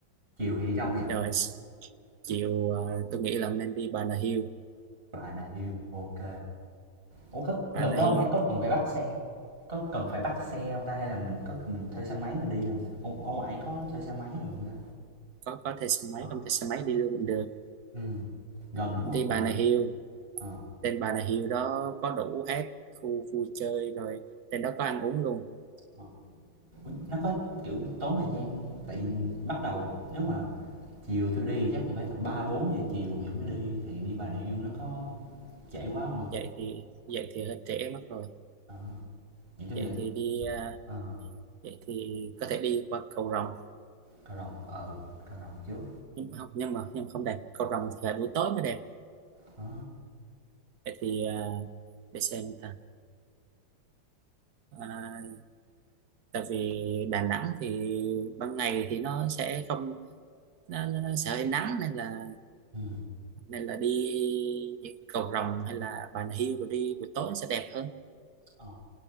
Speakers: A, on the right; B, on the right.
A: chiều thì đi đâu nhỉ
B: rồi chiều à, tôi nghĩ là ông nên đi Bà Nà Hills
A: Bà Nà Hills ok ủa có gần
B: Bà Nà
A: đó không
B: Hills
A: hay có cần phải bắt xe có cần phải bắt xe không ta hay là mình có mình thuê xe máy mình đi được không ta ông ông ải có thuê xe máy được không ta
B: có có thuê xe
A: có
B: máy không thuê xe máy
A: có không?
B: đi luôn cũng được
A: ừ. gần đúng
B: đi
A: không gần
B: Bà Nà
A: chứ
B: Hills
A: ờ
B: trên Bà Nà Hills đó có đủ hết khu vui chơi rồi trên đó có ăn uống luôn
A: ờ. Ủa, nó có kiểu tốn thời gian tại bắt đầu nếu mà chiều tôi đi chắc cũng phải tầm ba bốn giờ chiều thì mới đi thì đi Bà Nà Hills nó có trễ quá không không
B: vậy thì vậy thì hơi trễ mất rồi
A: à, vậy tôi
B: vậy
A: nghĩ là
B: thì đi à,
A: ờ,
B: vậy thì có thể đi qua cầu Rồng
A: Cao Rồng ừ Cao Rồng trước
B: nhưng mà không nhưng mà nhưng mà không đẹp cầu Rồng thì phải buổi tối mới đẹp
A: Ờ,
B: vậy thì à, để xem ta à, tại vì Đà Nẵng thì ban ngày thì nó sẽ không nó, nó nó sẽ hơi nắng nên là
A: ừ,
B: nên là đi những cầu rồng hay là Bà Nà Hills rồi đi buổi tối nó sẽ đẹp hơn
A: ờ.